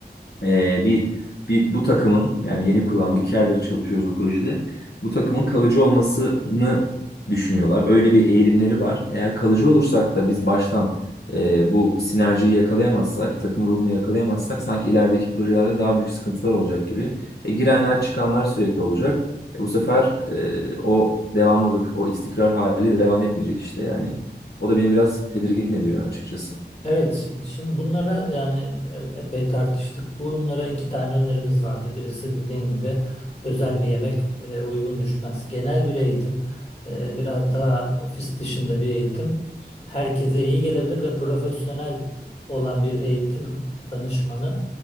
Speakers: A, on the left; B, on the left.
A: ee, bir, bir bu takımın yani yeni kurulan bu iki aydır çalışıyoruz bu projede. Bu takımın kalıcı olmasını düşünüyorlar. Öyle bir eğilimleri var. Eğer kalıcı olursak da biz baştan e, bu sinerjiyi yakalayamazsak, takım ruhunu yakalayamazsak sanki ilerideki projelerde daha büyük sıkıntılar olacak gibi. E, girenler çıkanlar sürekli olacak. E, bu sefer e, o devamlılık, o istikrar hali devam etmeyecek işte yani. O da beni biraz tedirgin ediyor açıkçası.
B: Evet, şimdi bunlara yani e- epey tartıştık. Bunlara iki tane önerimiz vardı. Birisi dediğin gibi özel bir yemek e, uygun düşmez. Genel bir eğitim, e, biraz daha ofis dışında bir eğitim herkese iyi gelebilir ve profesyonel olan bir eğitim danışmanı